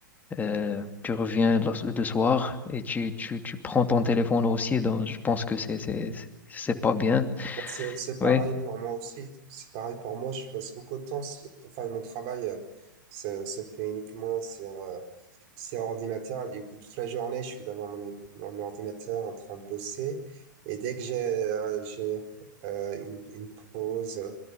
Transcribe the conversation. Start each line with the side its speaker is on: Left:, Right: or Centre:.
Left: Euh, tu reviens le le soir et tu, tu, tu prends ton téléphone aussi, donc je pense que c'est c'est c'est c'est pas bien.
Right: Bah, C'est c'est pareil
Left: Oui.
Right: pour moi aussi. C'est pareil pour moi. Je passe beaucoup de temps. sur- Enfin, mon travail euh, se, se fait uniquement sur, euh, sur ordinateur. Du coup, toute la journée, je suis devant mon, mon ordinateur en train de bosser. Et dès que j'ai euh, j'ai euh, une, une pause euh,